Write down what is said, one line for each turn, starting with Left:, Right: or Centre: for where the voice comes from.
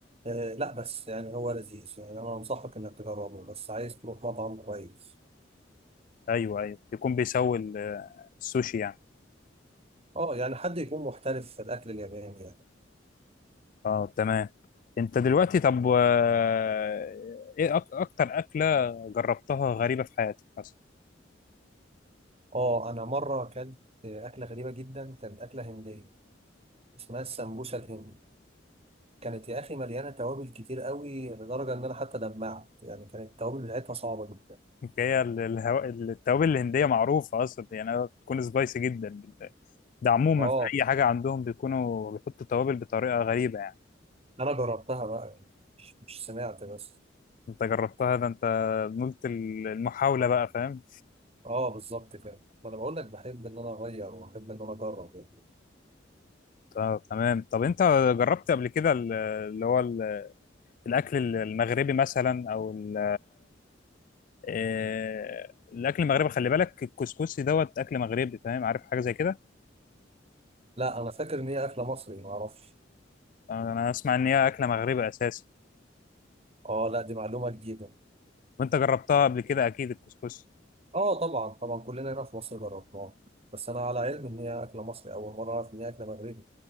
Right: آه لا بس يعني هو لذيذ يعني انا انصحك انك تجربه بس عايز تروح مطعم كويس
Left: ايوه ايوه يكون بيسوي ال- آه، السوشي يعني
Right: اه يعني حد يكون محترف في الاكل الياباني يعني
Left: اه تمام انت دلوقتي طب آه، ايه أك- اكتر اكله جربتها غريبه في حياتك مثلا
Right: اه انا مره اكلت اكله غريبه جدا كانت اكله هنديه اسمها السمبوسه الهندي كانت يا اخي مليانه توابل كتير قوي لدرجه ان انا حتى دمعت يعني كانت التوابل بتاعتها صعبه جدا
Left: هي ال- الهو... التوابل الهندية معروفة أصلا يعني بتكون سبايسي جدا ده عموما
Right: اه
Left: في أي حاجة عندهم بيكونوا بيحطوا توابل بطريقة غريبة يعني
Right: انا جربتها بقى يعني مش مش سمعت بس
Left: أنت جربتها ده أنت نلت ال- المحاولة بقى فاهم
Right: اه بالظبط كده ما انا بقول لك بحب ان انا اغير وبحب ان انا اجرب يعني
Left: آه تمام طب أنت جربت قبل كده ال- اللي هو ال- الأكل ال- المغربي مثلا أو ال... آه، الأكل المغربي خلي بالك الكسكسي دوت أكل مغربي فاهم عارف حاجة زي كده
Right: لا انا فاكر ان هي اكله مصري ما اعرفش
Left: أنا أسمع إن هي أكلة مغربي أساسا
Right: اه لا دي معلومه جديده
Left: وأنت جربتها قبل كده أكيد الكسكسي
Right: اه طبعا طبعا كلنا هنا في مصر جربناها بس انا على علم ان هي اكله مصري اول مره اعرف ان هي اكله مغربي